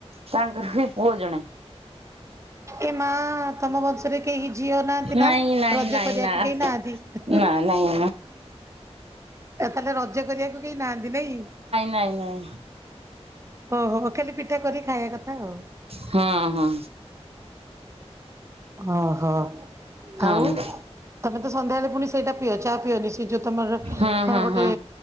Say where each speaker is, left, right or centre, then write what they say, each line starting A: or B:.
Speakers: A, on the right (about 60°); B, on the right (about 25°).
A: ତାଙ୍କର ବି ପୁଅ ଜଣେ।
B: ଏ ମା ତମ ବଂଶରେ କେହି ଝିଅ ନାହାନ୍ତି ନା
A: ନାଇଁ ନାଇଁ
B: ରଜ
A: ନାଇଁ
B: କରିବାକୁ
A: ନା
B: କେହି ନାହାନ୍ତି। ଏ
A: ନା ନାଇଁ
B: ତାହେଲେ ରଜ କରିବାକୁ କେହି ନାହାନ୍ତି ନାଇଁ?
A: ନାଇଁ ନାଇଁ
B: ଓହୋ ଖାଲି ପିଠା କରିକି ଖାଇବା କଥା ଆଉ।
A: ହୁଁ ହୁଁ।
B: ଓହୋ
A: ହଁ
B: ଆଉ ତମେ ତ ସନ୍ଧ୍ୟାବେଳେ ପୁଣି ସେଇଟା ପିଅ ଚା ପିଅ ନି୍ଚ ଏ ଯୋଉ ତମର
A: ହଁ
B: କଣ
A: ହଁ
B: ଗୋଟେ
A: ହଁ